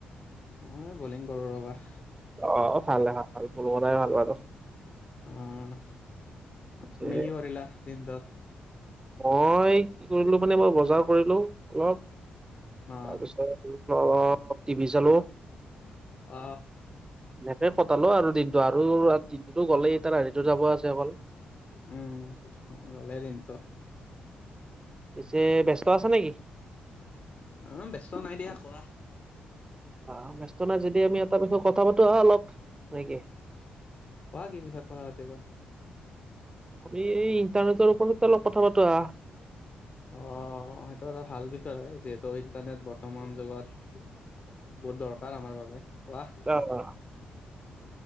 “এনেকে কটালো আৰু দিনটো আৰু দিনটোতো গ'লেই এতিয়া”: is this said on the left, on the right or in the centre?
Right